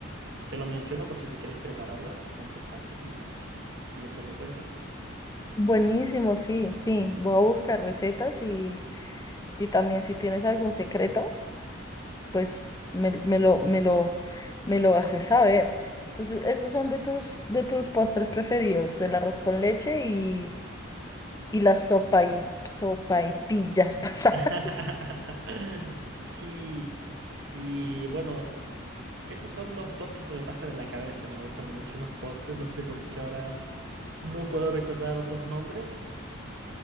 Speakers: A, on the right; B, on the left.
A: te lo menciono por si tú quieres prepararlo. Es bastante fácil y, y después me cuentas.
B: Buenísimo, sí, sí. Voy a buscar recetas y, y también si tienes algún secreto, pues me, me lo, me lo, me lo haces saber. Entonces, esos son de tus, de tus postres preferidos, el arroz con leche y, y las sopa y, sopa y pillas
A: <laughs>
B: <laughs> pasadas.
A: Sí, y bueno, esos son los dos que se me pasan en la cabeza. Me gustan mucho más postres. No sé por qué ahora no puedo recordar otros nombres.